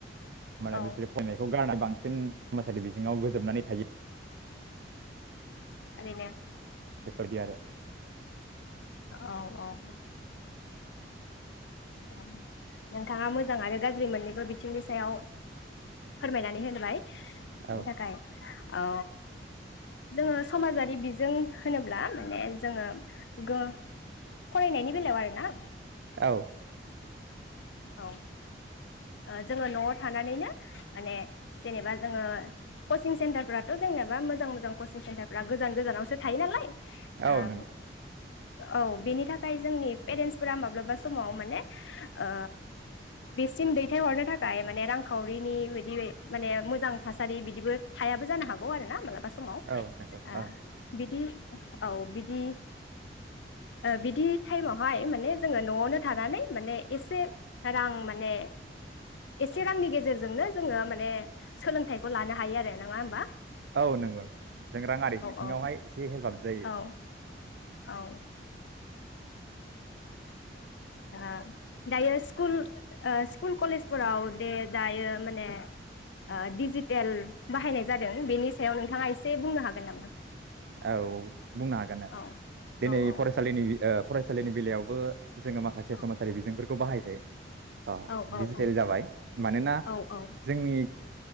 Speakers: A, on the right; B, on the left.
A: माने
B: औ
A: बिसोरो फैनायखौ गारना बां साबसिन समाजारि बिजोङाव गोजोमनानै थायो।
B: थारैनो
A: बेफोरदि आरो
B: औ औ नोंथाङा मोजां आरो गाज्रि मोननैबो बिथिंनि सायाव फोरमायनानै होनबाय बेनि
A: आरो
B: थाखाय औ जोङो समाजारि बिजों होनोब्ला माने जोङो फरायनायनि बेलायाव आरो ना
A: औ।
B: औ ओ जोङो न'आव थानानैनो माने जेनेबा जोङो कचिं सेन्टारफ्राथ' जेनेबा मोजां मोजां कचिं सेन्टारफ्रा गोजान गोजानावसो थायो नालाय
A: औ
B: ओ
A: नंगौ ।
B: औ बेनि थाखाय जोंनि पेरेन्टसफोरा माब्लाबा समाव माने ओ बेसिम दै थायहरनो थाखाय माने रांखावरिनि बिदि माने मोजां थासारि बिदिबो थायाबो जानो हागौ आरो ना मालाबा स समाव
A: औ नंगौ
B: ओ
A: औ
B: बिदि औ बिदि बिदि टाइमावहाय माने जोङो न'आवनो थानानै माने एसे रां माने एसे रांनि गेजेरजोंनो जोङो माने सोलोंथाइखौ लानो हायो आरो नङा होनबा
A: औ नंगौ जों राङारि बिथिङावहाय
B: औ
A: एसे हेल्प आब जायो
B: औ औ ओ दायो स्कुल ओ स्कुल कलेजफोराव दे दायो माने ओ डिजिटेल बाहायनाय जादों बेनि सायाव नोंथाङा एसे बुंनो हागोन नामा
A: औ बुंनो हागोन ओं
B: औ
A: दिनै
B: औ औ
A: फरायसालिनि ओ फरायसालिनि बेलायावबो जोङो माखासे
B: औ
A: समाजारि बिजोंफोरखौ खौ बाहायजायो ओ
B: औ औ
A: डिजिटेल
B: औ
A: जाबाय मानोना
B: औ औ
A: जोंनि